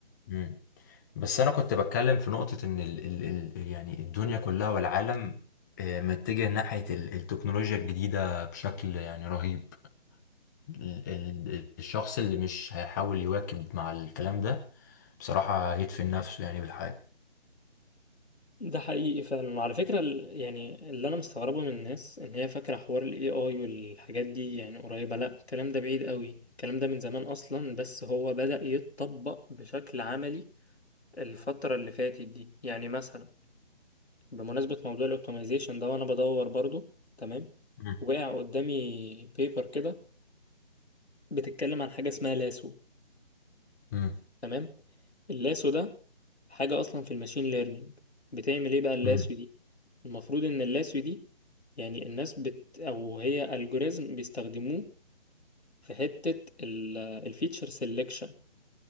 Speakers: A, on the left; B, on the left.
A: مم. بس انا كنت بتكلم في نقطة ان ال ال ال يعني الدنيا كلها والعالم آه، متجه ناحية ال- التكنولوجيا الجديدة بشكل يعني رهيب ال- ال- الشخص اللي مش هيحاول يواكب مع الكلام ده بصراحة هيدفن نفسه يعني بالحياة
B: ده حقيقي فعلا وعلى فكرة ال- يعني اللي أنا مستغربه من الناس إن هي فاكرة حوار ال AI والحاجات دي يعني قريبة لأ الكلام ده بعيد قوي الكلام ده من زمان أصلا بس هو بدأ يتطبق بشكل عملي الفترة اللي فاتت دي يعني مثلا بمناسبة موضوع الأوبتمايزيشن ده وأنا بدور برضو تمام
A: مم.
B: وقع قدامي بيبر كده بتتكلم عن حاجة اسمها لاسو
A: مم.
B: تمام اللاسو ده حاجة أصلا في الماشين ليرنينج بتعمل إيه بقى اللاسو
A: مم.
B: دي المفروض إن اللاسو دي يعني الناس بت أو هي ألجوريزم بيستخدموه في حتة الفيتشر سيلكشن